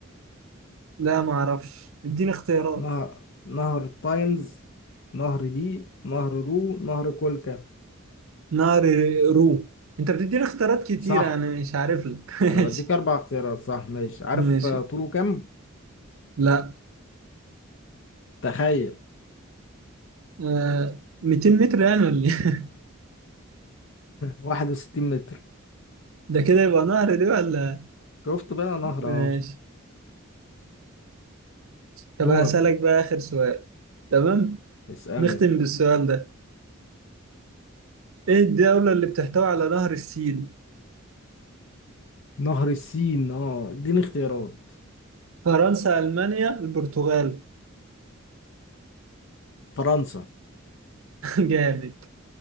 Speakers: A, on the right; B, on the left.
A: لا ما اعرفش اديني اختيارات
B: نهر نهر التايمز نهر دي نهر دو نهر كولكا
A: نار آه، رو انت بتديني اختيارات كتير
B: صح
A: انا مش عارف لك <laughs> ماشي
B: انا بديك اربع اختيارات صح ماشي عارف
A: ماشي
B: آه، طوله كام
A: لا
B: تخيل
A: آه، 200 متر يعني ولا إيه؟
B: 61 متر
A: <laughs> ده كده يبقى نهر دي ولا
B: شفت بقى نهر
A: ماشي
B: اهو
A: طب
B: دورك
A: هسألك بقى آخر سؤال تمام
B: اسألني
A: نختم بالسؤال ده ايه الدولة اللي بتحتوي على نهر السين
B: نهر السين اه اديني اختيارات
A: فرنسا ألمانيا البرتغال
B: فرنسا
A: <laughs> جامد